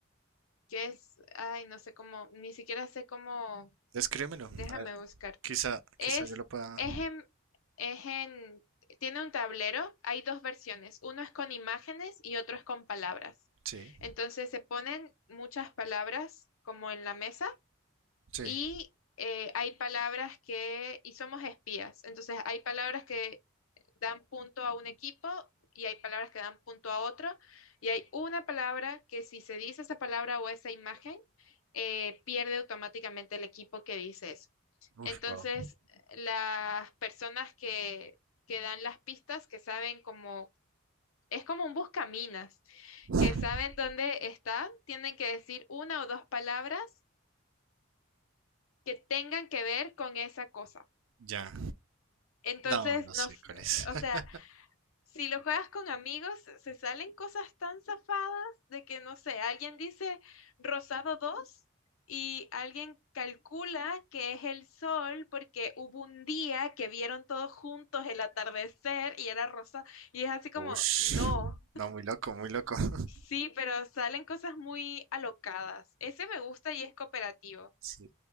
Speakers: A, on the left (about 75°); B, on the right (about 65°).
A: que es, ay, no sé cómo, ni siquiera sé cómo,
B: Descríbemelo.
A: déjame
B: A ver,
A: buscar.
B: quizá,
A: Es,
B: quizá yo lo pueda...
A: es en, es en, tiene un tablero, hay dos versiones, uno es con imágenes y otro es con palabras.
B: Sí,
A: Entonces se ponen muchas palabras como en la mesa
B: sí.
A: y eh, hay palabras que, y somos espías, entonces hay palabras que dan punto a un equipo y hay palabras que dan punto a otro y hay una palabra que si se dice esa palabra o esa imagen, eh, pierde automáticamente el equipo que dice eso.
B: Ush.
A: Entonces,
B: wow.
A: las personas que, que dan las pistas, que saben cómo, es como un buscaminas,
B: <laughs>
A: que saben dónde está, tienen que decir una o dos palabras que tengan que ver con esa cosa.
B: Ya.
A: Entonces,
B: No, no sé
A: nos,
B: cuál es.
A: o
B: <laughs>
A: sea, Si lo juegas con amigos, se salen cosas tan zafadas de que, no sé, alguien dice rosado 2 y alguien calcula que es el sol porque hubo un día que vieron todos juntos el atardecer y era rosa. Y es así como,
B: Ush.
A: no,
B: No, muy loco, muy loco. <laughs>
A: sí, pero salen cosas muy alocadas. Ese me gusta y es cooperativo.
B: Sí,